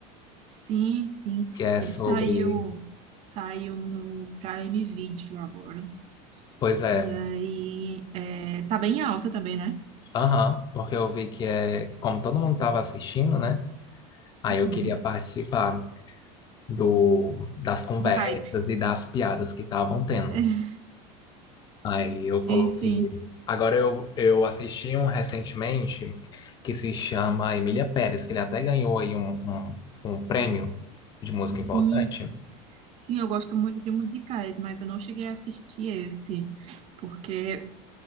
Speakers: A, on the right; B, on the left.
A: sim, sim.
B: que é sobre.
A: Ele saiu, saiu no Prime Video agora.
B: Pois é,
A: E aí, é, tá bem alta também, né?
B: aham, porque eu vi que é. Como todo mundo tava assistindo, né? Aí
A: Uhum.
B: eu queria participar do, das conversas
A: Do hype.
B: e das piadas que estavam tendo.
A: <laughs>
B: Aí eu
A: Sim,
B: coloquei.
A: sim,
B: Agora eu, eu assisti um recentemente que se chama Emília Pérez, que ele até ganhou aí um, um, um prêmio de música
A: sim,
B: importante.
A: sim, eu gosto muito de musicais, mas eu não cheguei a assistir esse, porque